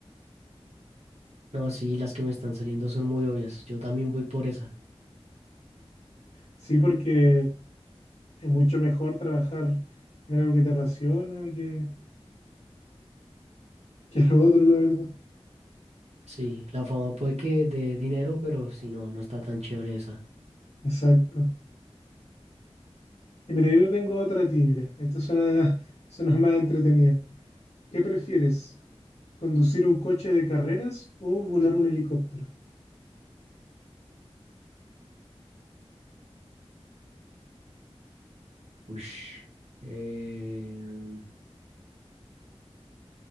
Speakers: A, on the right; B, on the left.
A: No, sí, las que me están saliendo son muy obvias. Yo también voy por esa.
B: Sí, porque es mucho mejor trabajar en algo que te apasiona que, que lo otro, la verdad.
A: Sí, la fama puede que dé dinero, pero si no, no está tan chévere esa.
B: Exacto. Y mira, yo tengo otra a ti, mira. Esta suena, <laughs> suena más entretenida. ¿Qué prefieres? ¿Conducir un coche de carreras o volar un helicóptero?
A: Ush. Eh,